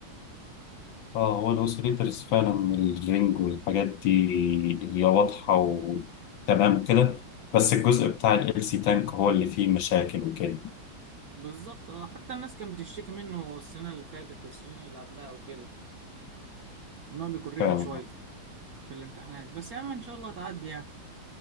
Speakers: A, on the left; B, on the right.
A: اه هو الاوسيليترز فعلا الرينج والحاجات دي هي واضحه وتمام كده بس الجزء بتاع ال سي تانك هو اللي فيه مشاكل وكده
B: بالظبط اه حتى الناس كانت بتشتكي منه السنه اللي فاتت والسنين اللي قبلها وكده ان هو بيكون رخم
A: فعلا
B: شويه في الامتحانات بس يا عم ان شاء الله تعدي يعني